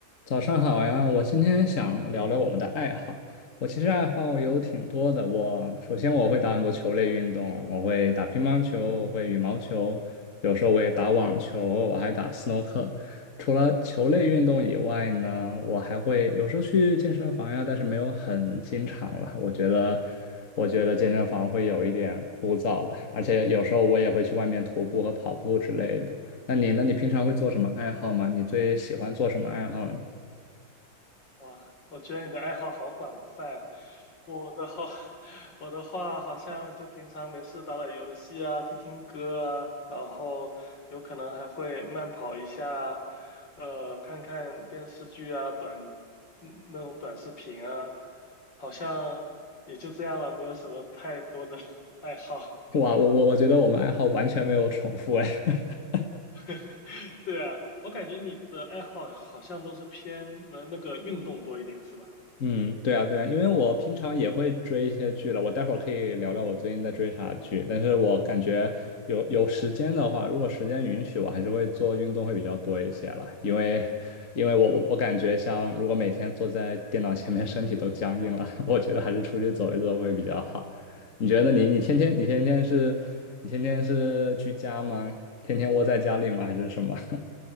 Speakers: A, on the left; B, on the left.
A: 早上好呀，我今天想聊聊我们的爱好。我其实爱好有挺多的，我首先我会打很多球类运动，我会打乒乓球，我会羽毛球，有时候我也打网球，我还打斯诺克。除了球类运动以外呢，我还会有时候去健身房呀，但是没有很经常了。我觉得，我觉得健身房会有一点枯燥了，而且有时候我也会去外面徒步和跑步之类的。那你呢？你平常会做什么爱好吗？你最喜欢做什么爱好呢？
B: 哇，我觉得你的爱好好广泛啊我的话，<laughs> 我的话好像就平常没事打打游戏啊，听听歌啊，然后有可能还会慢跑一下啊，呃，看看电视剧啊，短，嗯那种短视频啊，好像也就这样了，没有什么太多的 <laughs> 爱好。
A: <laughs> 哇，我我我觉得我们爱好完全没有重复哎。<laughs>
B: <laughs> 对啊，我感觉你的爱好好像都是偏呃那个运动多一点，是吧？
A: 嗯，对啊，对啊，因为我平常也会追一些剧了，我待会儿可以聊聊我最近在追啥剧。但是我感觉有有时间的话，如果时间允许，我还是会做运动会比较多一些了，因为因为我我我感觉像如果每天坐在电脑前面，身体都僵硬了，<laughs> 我觉得还是出去走一走会比较好。你觉得你你天天你天天是你天天是居家吗？天天窝在家里吗？还是什么？